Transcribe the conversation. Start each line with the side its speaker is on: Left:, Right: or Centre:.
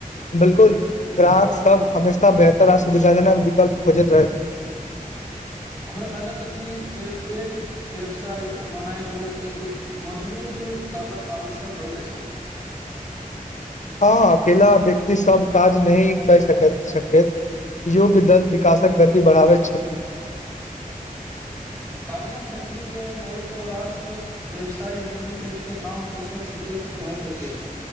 Left: बिल्कुल ग्राहक सब हमेशा बेहतर आ सुविधाजनक विकल्प खोजैत रहैत
Right: हमरा लागत अछि जे पैघ व्यवसाय बनयल लेल एक मजबूत तालक आवश्यक होइत छै
Left: हँ अकेला व्यक्ति सब काज नहि कै सकैत छथि योग्य दल विकासक गति बढ़ाबैत छथि
Right: काल्ही हम देखलूँ जे बहुतो रास व्यवसाय नियमित रूपसँ नव कौशल सिखैत रहैतऽ अछि